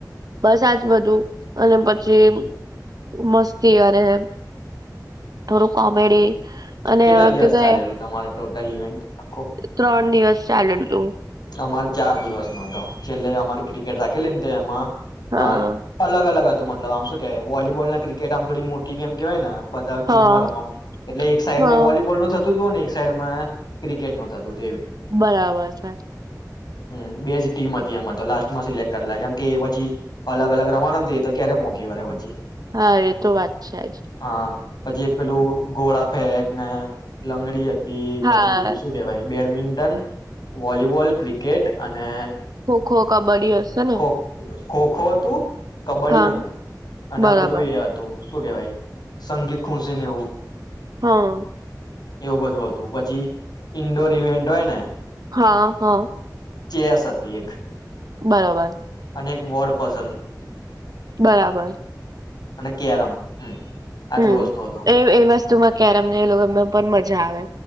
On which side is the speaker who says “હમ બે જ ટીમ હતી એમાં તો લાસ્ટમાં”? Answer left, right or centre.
Left